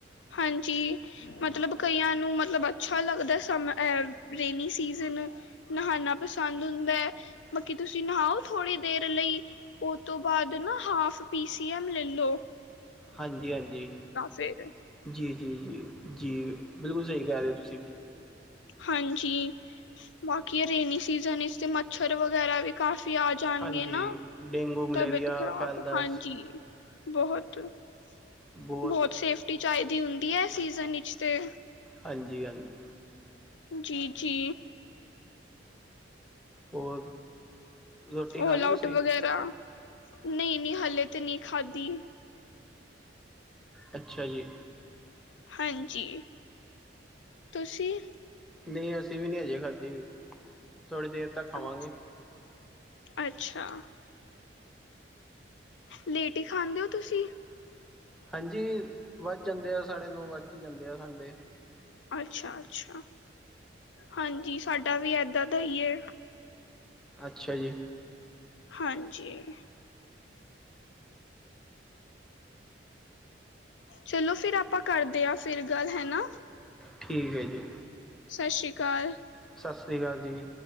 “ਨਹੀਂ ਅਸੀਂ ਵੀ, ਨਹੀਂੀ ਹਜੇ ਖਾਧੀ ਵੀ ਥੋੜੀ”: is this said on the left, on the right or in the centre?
Centre